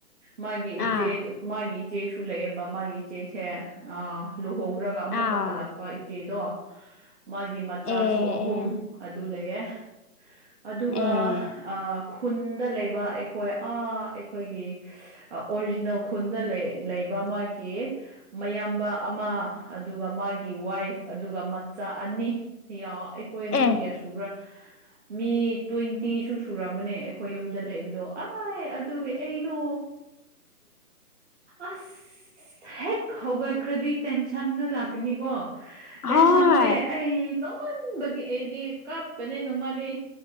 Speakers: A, on the right; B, on the left.
A: ꯃꯥꯒꯤ ꯏꯆꯦ
B: ꯑꯥ
A: ꯃꯥꯒꯤ ꯏꯆꯦꯁꯨ ꯂꯩꯌꯦꯕ ꯃꯥꯒꯤ ꯏꯆꯦꯁꯦ ꯑ ꯂꯨꯍꯣꯡꯔꯒ ꯑꯃꯨꯛꯀ
B: ꯑꯥ
A: ꯍꯜꯂꯛꯄ ꯏꯆꯦꯗꯣ ꯃꯥꯒꯤ ꯃꯆꯥꯁꯨ
B: ꯑꯦ
A: ꯑꯍꯨꯝ
B: ꯑꯦ
A: ꯑꯗꯨ ꯂꯩꯌꯦ ꯑꯗꯨꯒ
B: ꯑꯦ
A: ꯑꯥ ꯈꯨꯟꯗ ꯂꯩꯕ ꯑꯩꯈꯣꯏ ꯑꯥ ꯑꯩꯈꯣꯏꯒꯤ ꯑꯣꯔꯤꯖꯤꯅꯦꯜ ꯈꯨꯟꯗ ꯂꯩ ꯂꯩꯕ ꯃꯥꯒꯤ ꯃꯌꯥꯝꯕ ꯑꯃ ꯑꯗꯨꯒ ꯃꯥꯒꯤ ꯋꯥꯏꯐ ꯑꯗꯨꯒ ꯃꯆꯥ ꯑꯅꯤ ꯌꯥ ꯑꯩꯈꯣꯏ ꯃꯤ
B: ꯑꯦ
A: ꯀꯌꯥ ꯁꯨꯕ꯭ꯔꯥ ꯃꯤ ꯇ꯭ꯋꯦꯟꯇꯤꯁꯨ ꯁꯨꯔꯝꯒꯅꯦ ꯑꯩꯈꯣꯏ ꯌꯨꯝꯗ ꯂꯩꯕꯗꯣ ꯑꯥꯢ ꯑꯗꯨꯒꯤ ꯑꯩꯗꯣ ꯑꯁ ꯍꯦꯛ ꯍꯧꯒꯠꯈ꯭ꯔꯗꯤ ꯇꯦꯟꯁꯟꯗ ꯂꯥꯛꯀꯅꯤꯀꯣ ꯇꯦꯟꯁꯟꯁꯦ
B: ꯍꯣꯏ
A: ꯑꯩ ꯆꯧꯃꯟꯕꯒꯤ ꯑꯩꯗꯤ ꯀꯥꯞꯄꯅꯦ ꯅꯣꯡꯃꯗꯤ